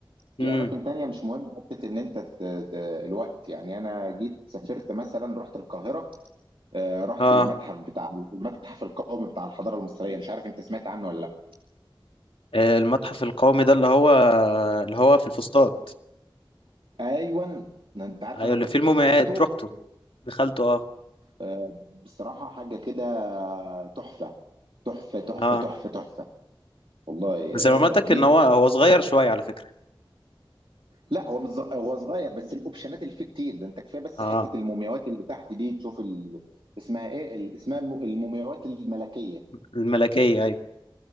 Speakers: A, on the right; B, on the left.
A: في
B: امم
A: أماكن تانية مش مهم حتة إن أنت ت... ت... الوقت يعني أنا جيت سافرت مثلا رحت القاهرة آه، رحت
B: اه
A: المتحف بتاع المتحف القومي بتاع الحضاره المصريه مش عارف انت سمعت عنه ولا لا
B: آه، المتحف القومي ده اللي هو اللي هو في الفسطاط
A: ايوه انت عارف
B: ايوه
A: انا
B: اللي فيه المومياوات
A: دخلته
B: رحته دخلته اه
A: آه، بصراحه حاجه كده تحفه تحفه تحفه
B: اه
A: تحفه تحفه والله
B: بس
A: آه،
B: معلوماتك
A: جيت
B: ان هو هو صغير شويه على فكره
A: لا هو مش ز- هو صغير بس الاوبشنات اللي فيه كتير ده انت كفايه بس
B: اه
A: حته المومياوات اللي تحت دي تشوف ال... اسمها ايه ال- اسمها الم- المومياوات الملكيه
B: الملكيه ايوه